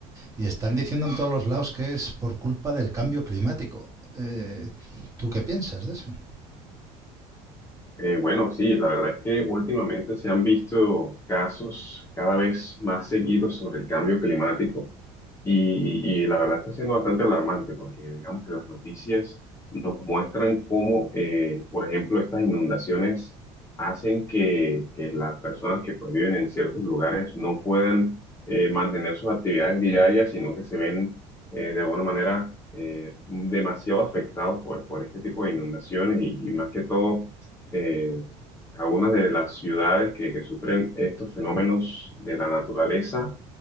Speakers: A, on the right; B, on the left.
A: y están diciendo en todos los lados que es por culpa del cambio climático. Eh, ¿tú qué piensas de eso?
B: Eh, bueno, sí, la verdad es que últimamente se han visto casos cada vez más seguidos sobre el cambio climático y, y la verdad está siendo bastante alarmante porque digamos que las noticias nos muestran cómo, eh, por ejemplo, estas inundaciones hacen que, que las personas que pues, viven en ciertos lugares no puedan eh, mantener sus actividades diarias, sino que se ven eh, de alguna manera eh, demasiado afectados por, por este tipo de inundaciones y y más que todo eh, algunas de las ciudades que, que sufren estos fenómenos de la naturaleza